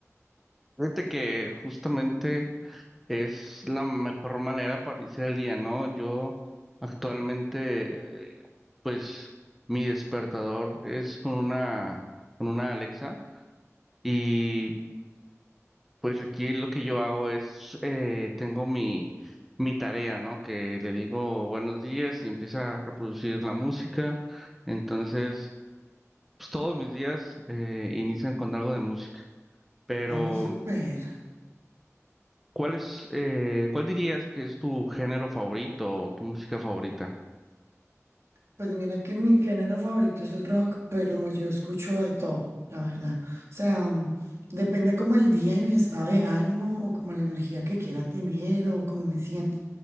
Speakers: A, in the centre; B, on the right.
A: Fíjate que justamente es la mejor manera para iniciar el día, ¿no? Yo actualmente, eh, pues mi despertador es con una, con una Alexa y Pues aquí lo que yo hago es, eh, tengo mi, mi tarea, ¿no? Que le digo buenos días y empieza a reproducir la música. Entonces, pues todos mis días eh, inician con algo de música. Pero,
B: Oh, súper.
A: ¿cuál es, eh, cuál dirías que es tu género favorito o tu música favorita?
B: Pues mira que mi género favorito es el rock, pero yo escucho de todo, la verdad. O sea, mm, depende como el día y mi estado de ánimo o como la energía que quiera tener o como me siento.